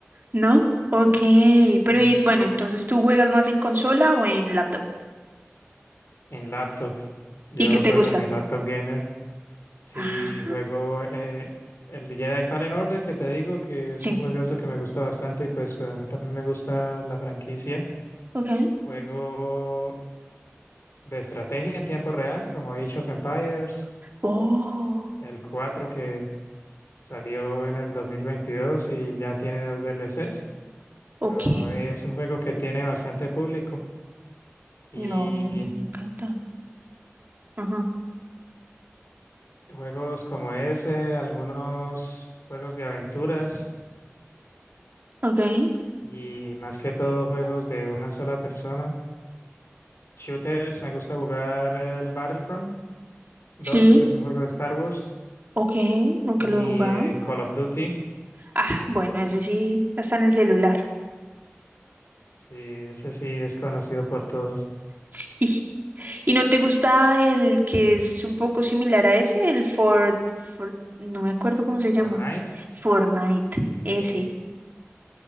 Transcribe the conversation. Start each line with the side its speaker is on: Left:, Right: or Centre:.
Right: ¿No? Ok, pero
Left: No.
Right: y, bueno, entonces tú juegas más en consola o en laptop.
Left: En laptop. Yo
Right: ¿Y qué te
Left: juego
Right: gusta?
Left: en mi laptop gamer. Sí,
Right: Ah,
Left: juego eh, el de Jedi Fallen Order, que te digo que es
Right: sí,
Left: un juegazo que me gusta bastante y pues, pues a mí también me gusta la franquicia.
Right: ok.
Left: Juego de estrategia en tiempo real, como Age of Empires,
Right: Oh,
Left: el 4 que salió en el 2022 y ya tiene dos DLCs, pero
Right: ok.
Left: es un juego que tiene bastante público. Y
Right: No, me encanta. Ajá,
Left: juegos como ese, algunos juegos de aventuras.
Right: ok.
Left: y más que todo juegos de una sola persona. Shooters, me gusta jugar el Battlefront dos
Right: Sí,
Left: que es un juego de Star Wars,
Right: ok. Nunca
Left: y
Right: lo he jugado.
Left: eh, Call of Duty,
Right: Ah, bueno, ese sí, está en el celular. <laughs>
Left: sí, ese sí es conocido por todos,
Right: Sí. ¿Y no te gusta el que es un poco similar a ese? El Ford, Ford, no me acuerdo cómo se llama.
Left: Fortnite.
Right: Fortnite, ese.